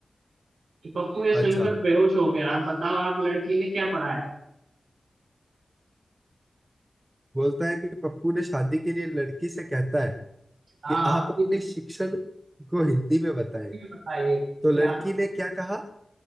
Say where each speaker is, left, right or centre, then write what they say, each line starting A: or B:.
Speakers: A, on the right; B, on the right.
A: पप्पू ये सुनकर
B: अच्छा
A: बेहोश हो गया अब बताओ आप लड़की ने क्या पढ़ा है
B: बोलता है कि पप्पू ने शादी के लिए लड़की से कहता है
A: हाँ
B: कि आप अपने
A: इस
B: शिक्षण को हिंदी में बताएं
A: हिंदी में बताइए कि
B: तो लड़की
A: आप
B: ने क्या कहा